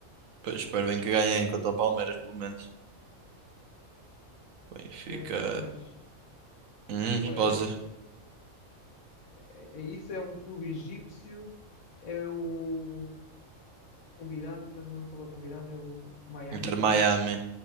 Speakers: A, on the right; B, on the left.
A: Pois, espero bem que ganhem contra o Palmeiras, pelo menos. Benfica.
B: Yeah, mas
A: Hum,
B: aquilo é,
A: pode
B: é, é isso, é um clube egípcio, é o, o convidado, que eu já não me lembro qual é o convidado, é o Miami,
A: Inter
B: não
A: Miami.
B: é?